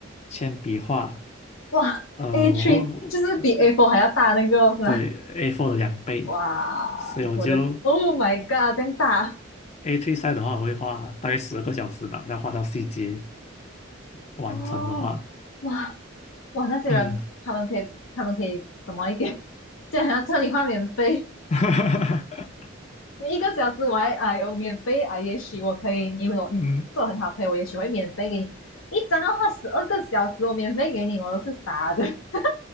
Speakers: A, on the left; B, on the left.
A: 铅笔画，
B: 哇，A3
A: 呃，我会
B: 就是比
A: 我我
B: A4 还要大那个是吧？
A: 对 a four 的两倍，
B: 哇，
A: 所以我就
B: 我的 Oh my God，这样大
A: a three size 的话，我会画大概十二个小时吧，要画到细节完成的话，
B: 哦，哇哇，那些人他们可以他们可以怎么一点？
A: 嗯，
B: <laughs> 竟然要叫你换免费，
A: <laughs>
B: 你一个小时我还哎呦免费啊，也许我可以，你有你做很好朋友，
A: 嗯
B: 我也许会免费给你一张要花十二个小时，我免费给你，我都是傻的。<laughs>